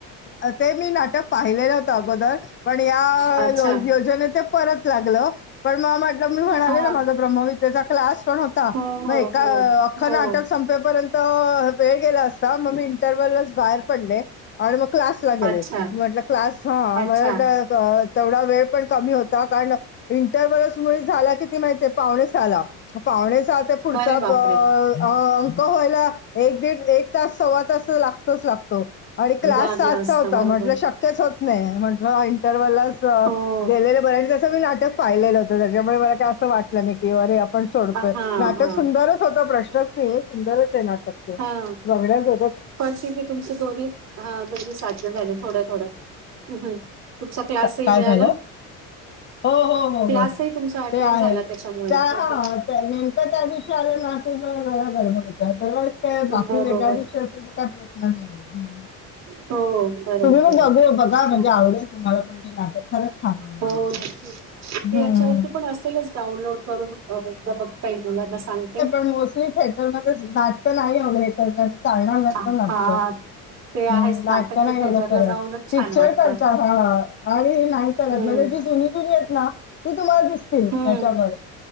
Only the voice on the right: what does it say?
अच्छा
हा
हो हो
हो
हो
अच्छा
अच्छा
अरे बापरे
लागलं
असता
बरोबर
हो
हा हा
हा
हा.
पण शकी तुमचं दोन्ही हा दोन्ही साध्य झाले थोड थोड हम्म. तुमचा क्लासही
मिळाला.
क्लासही
तुमचा अटेंड
झाला त्याच्यामुळे
नाही
तर
बरोबर
हो. खरं
खरं
हो
हो नक्कीच ते
याच्यावरती पण असेलच? डाउनलोड करून एकदा बघता येईल मुलांना सांगते?
हा
हा, ते आहेच
ते
थिएटरला
जाऊनच
छान वाटतं
हम्म
हम्म